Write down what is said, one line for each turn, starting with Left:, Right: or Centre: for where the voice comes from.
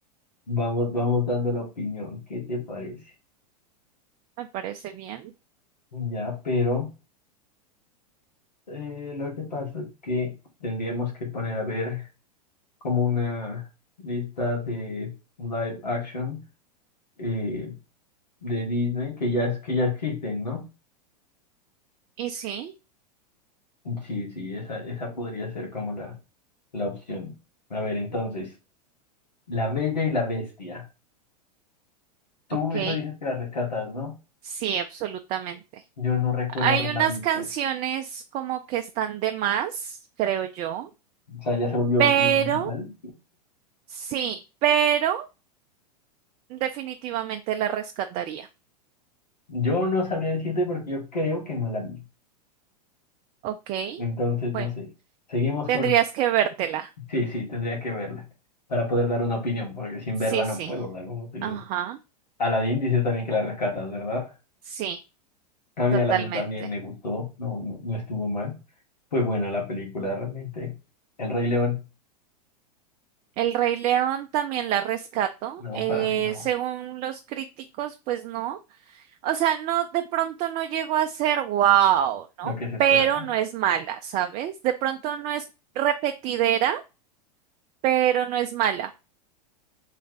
Left: vamos, vamos dando la opinión. ¿Qué te parece?
Right: Me parece bien.
Left: Ya, pero eh, lo que pasa es que tendríamos que poner a ver como una lista de live action eh, de Disney que ya es que ya existen, ¿no?
Right: Y sí,
Left: Sí, sí, esa, esa podría ser como la, la opción. A ver, entonces, La Bella y la Bestia. Tú
Right: ok,
Left: esa dices que la rescatas, ¿no?
Right: sí, absolutamente.
Left: Yo no recuerdo
Right: Hay
Left: haberla
Right: unas
Left: visto.
Right: canciones como que están de más, creo yo,
Left: O sea, ya se volvió
Right: pero
Left: como un musical.
Right: sí, pero definitivamente la rescataría.
Left: Yo no sabría decirte porque yo creo que no la vi.
Right: Ok,
Left: Entonces,
Right: bueno,
Left: no sé. Seguimos
Right: tendrías
Left: con
Right: que vértela.
Left: Sí, sí, tendría que verla para poder dar una opinión, porque sin
Right: Sí,
Left: verla no
Right: sí,
Left: puedo dar una opinión.
Right: ajá,
Left: Aladdin dices también que la rescatas, ¿verdad?
Right: sí,
Left: A mí
Right: totalmente.
Left: Aladdin también me gustó, no, no, no estuvo mal. Fue buena la película realmente. El Rey León,
Right: El Rey León también la rescato.
Left: no,
Right: eh,
Left: para mí no,
Right: según los críticos, pues no. O sea, no, de pronto no llegó a ser wow, ¿no?
Left: lo que se esperaba.
Right: Pero no es mala, ¿sabes? De pronto no es repetidera, pero no es mala,